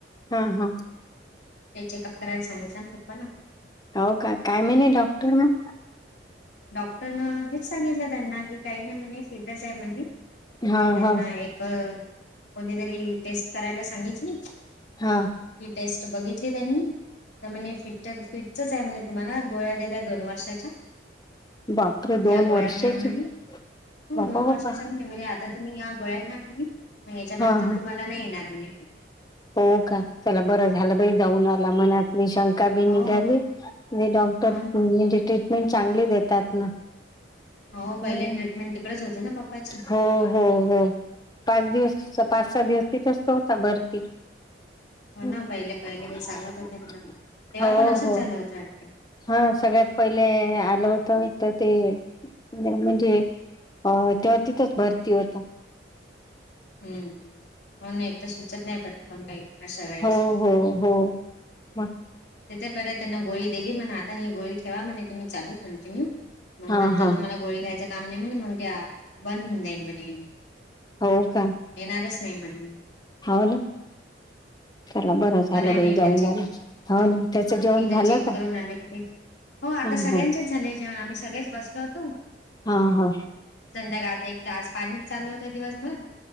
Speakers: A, on the left; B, on the left.
A: हा हा
B: ते चेकअप करायला सांगितच ना पप्पा ना.
A: हो का काय महिणे डॉक्टर मग.
B: डॉक्टरन हेच सगलं त्यांनली काय नाही मनी फिटस आहे मनी.
A: हा
B: त्यांना
A: हा
B: एक कोणीतरी टेस्ट करायला सांगितली.
A: हा
B: ही टेस्ट बघितली त्यांनी. तर म्हणजे फिट फिटच आहे म्हणज तुम्हाला गोळ्या दिल्या दोन वर्षाच्या.
A: बापरे दोन
B: त्या गोळ्या
A: वर्षाची
B: घ्या म्हणे हो
A: बापा
B: दोन वर्षाच्या
A: बापा
B: म्ह. म्हणजे आता तुम्ही या गोळ्या घ्या म्हणे मग याच्यानंतर
A: हा हा
B: तुम्हाला नाही येणार म्हणे फिट.
A: हो का चला बरं झालं बाई जाऊन आला मनात म शंका
B: हो
A: बी निघाली. डॉक्टर
B: हो ना
A: म्हणजे ट्रीटमेंट चांगली देतात ना.
B: हो
A: हम्म.
B: पहिले ट्रीटमेंट तिकडेच होती ना पप्पा.
A: हो हो हो पाच दिवस पाच सहा दिवस तीथच होता भरती. हम्म
B: हो ना पहिले पहिले हे सांगत होते ना मला तेव्हा पण असंच झालं होतं वाटते
A: हा सगळ्यात पहिले आलं होतं तर ते म्हणजे हो तेव्हा तिथंच भरती होता
B: हम्म हो नाही एक तर सुचत नाही पटकन काही अशा वेळेस
A: हो हो <unintelligible>
B: ते तर बर त्यांना गोळी दिली म्हण आता ही गोळी ठेवा म्हणे तुम्ही चालू कंटिन्यू मग
A: हा
B: नंतर
A: हा
B: तुम्हाला गोळी खायचं काम नाही म्हणे मग ते बंद होऊन जाईन म्हणे
A: हो का
B: येणारच नाही म्हणे
A: हो ना चला झालं
B: बरं आहे
A: बाई
B: ना एकदा
A: जाऊन
B: चेक
A: आला हो
B: ह
A: ना त्याचं जेवण
B: एकदा
A: झालं
B: चेक
A: का
B: करून आले किती हो आता
A: हा
B: सगळ्यांचेच
A: हा
B: झालेय जेवण आम्ही सगळेच बसलो होतो
A: हा हा
B: संध्याकाळ आता एक तर आज पाणीच चालू होतं दिवसभर